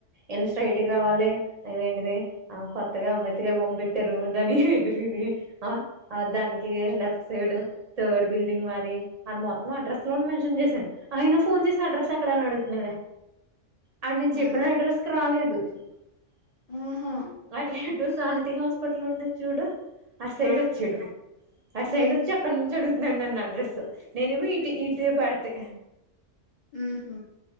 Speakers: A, on the right; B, on the left.
A: ఇలా స్ట్రెయిట్ట్ గా రావాలి అదేంటిది ఆ కొత్తగా అంబేద్కర్ బొమ్మ పెట్టారు దాని ఎదురుది ఆ దానికి లెఫ్ట్ సైడ్ థర్డ్ బిల్డింగ్ మాది అని మొత్తం అడ్రస్ లో మెన్షన్ చేసాను అయినా ఫోన్ చేసి అడ్రస్ ఎక్కడ అడుగుతున్నాడే ఆడు నేను
B: ఉమ్
A: చెప్పిన అడ్రస్ కి రాలేదు. <unintelligible>
B: ఆహా
A: అటు ఇటు సాహితీ హస్ స్పిటల్ ఉంటది చూడు. అటు సైడ్
B: ఆ
A: వచ్చాడు అటు
B: ఉహు
A: సైడ్ వచ్చి అక్కడ నుంచి అడుగు నన్ను నా అడ్రెస్సు నేనెమో ఇటు ఇటు పెడితే
B: హుహ్